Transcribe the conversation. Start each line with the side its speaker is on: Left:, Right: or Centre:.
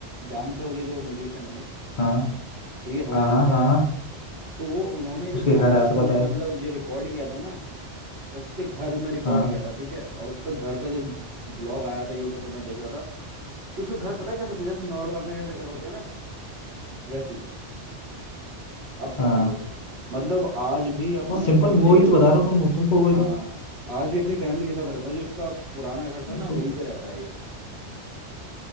Right: जानते होगे जो म्यूजिशियन है एक
Left: हाँ
Right: ठीक है हॉलीवुड
Left: हाँ हाँ
Right: का
Left: हाँ
Right: है
Left: हाँ
Right: तो वो उन्होंने जो
Left: उसके
Right: गाना
Left: घर आया
Right: शो
Left: था पता
Right: मतलब
Left: है
Right: ये रिकॉर्ड किया था ना उसके घर में रिकॉर्ड
Left: हाँ
Right: किया था ठीक है और उसका घर का जो व्लॉग आया था यूट्यूब पे मैं देख रहा था तो उसका घर पता है कैसा था जैसे नॉर्मल अपने जैसे घर होते हैं ना वैसे ही अब समझ
Left: हाँ
Right: लो मतलब आज भी अपने
Left: बहुत सिंपल
Right: फैमिली
Left: वही
Right: के
Left: तो बता रहा हूँ तुम तुमको वही
Right: हाँ
Left: तो
Right: आज भी अपनी फैमिली के साथ रहता है जो उसका पुराना घर था ना वहीं
Left: तुम
Right: पे रहता है ये